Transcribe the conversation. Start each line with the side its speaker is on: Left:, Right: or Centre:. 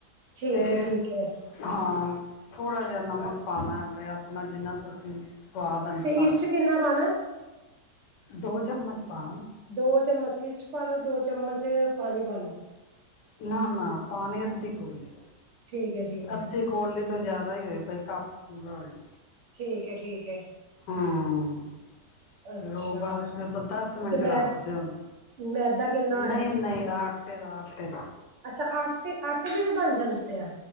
Right: ਠੀਕ
Left: ਤੇ
Right: ਹੈ ਠੀਕ ਹੈ
Left: ਹਾਂ। ਥੋੜ੍ਹਾ ਜਿਹਾ ਨਮਕ ਪਾਣਾ ਹੈ ਬ ਆਪਣਾ ਜਿੰਨਾ ਤੁਸੀਂ। ਸਵਾਦ ਅਨੁਸਾਰ।
Right: ਤੇ ਈਸਟ ਕਿੰਨਾ ਪਾਣਾ
Left: ਦੋ ਚਮਚ ਪਾ।
Right: ਦੋ ਚਮਚ ਇਸਟ ਪਾ ਲੋ ਦੋ ਚਮਚ ਪਾਣੀ ਪਾ ਲੋ।
Left: ਨਾ-ਨਾ ਪਾਣੀ ਅੱਧੀ ਕੋਲੀ
Right: ਠੀਕ ਹੈ ਠੀਕ ਹੈ
Left: ਅੱਧੀਕੋਲੀ। ਤੋਂ ਜਿਆਦਾ ਹੀ ਹੋਏ ਈ ਕੱਪ ਪੂਰਾ ਹੋਏ।
Right: ਠੀਕ ਹੈ ਠੀਕ ਹੈ।
Left: ਹੂੰ
Right: ਅੱਛਾ
Left: ਫਿਰ ਉਹ ਬਸ ਜਦੋਂ ਦਸ ਮਿੰਟ
Right: ਤੇ
Left: ਰੱਖਦੇ
Right: ਮੈ
Left: ਉਹਨੂੰ।
Right: ਮੈਦਾ ਕਿੰਨਾ ਹੋਏ
Left: ਨਈ-ਨਈ, ਆਟੇ ਦਾ ਆਟੇ ਦਾ।
Right: ਅੱਛਾ, ਆਟੇ-ਆਟੇ ਦੇ ਵੀ ਬਣ ਜਾਂਦੇ ਐ?